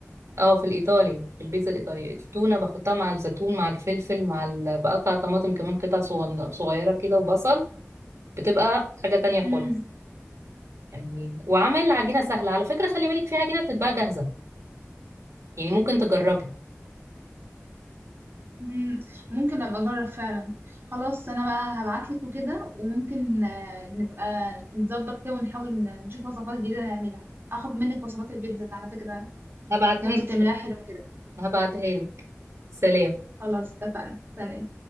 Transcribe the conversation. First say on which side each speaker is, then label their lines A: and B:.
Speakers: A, on the right (about 70°); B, on the right (about 45°).
A: اه في الايطالي في البيتزا الايطالي التونه بحطها مع الزيتون مع الفلفل مع ال... بقطع طماطم كمان قطع صغن- صغيره كده وبصل بتبقى حاجه تانية
B: مم.
A: خالص يعني وعمل عجينة سهلة على فكرة خلي بالك في عجينة بتتباع جاهزة يعني ممكن تجربي
B: مم، ممكن ابقى اجرب فعلا خلاص انا بقى هبعتلك وكده وممكن آه، نبقى نظبط كده ونحاول ن- نشوف وصفات جديدة نعملها اخد منك وصفات البيتزا على فكرة
A: هبعتها
B: لما انت
A: لك
B: بتعمليها حلوة كده
A: هبعتها لك سلام
B: خلاص اتفقنا سلام